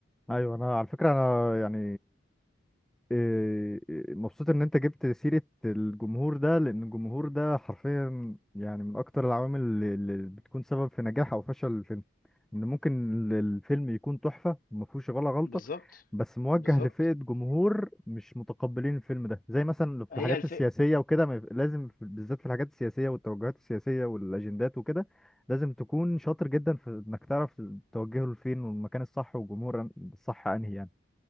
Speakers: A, in the centre; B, on the left.
A: ايوه انا على فكرة انا يعني إيه، إيه، مبسوط ان انت جبت سيرة الجمهور ده لان الجمهور ده حرفيا يعني من اكتر العوامل اللي اللي بتكون سبب في نجاح او فشل الفيلم ان ممكن ال- الفيلم يكون تحفة وما فيهوش ولا غلطة
B: بالظبط
A: بس موجه
B: بالظبط
A: لفئة جمهور مش متقبلين الفيلم ده زي مثلا في
B: هي
A: الحاجات
B: الفئه
A: السياسية وكده ما يف- لازم في- بالذات في الحاجات السياسية والتوجهات السياسية والاجندات وكده لازم تكون شاطر جدا في انك تعرف توجهه لفين والمكان الصح والجمهور الصح انهي يعني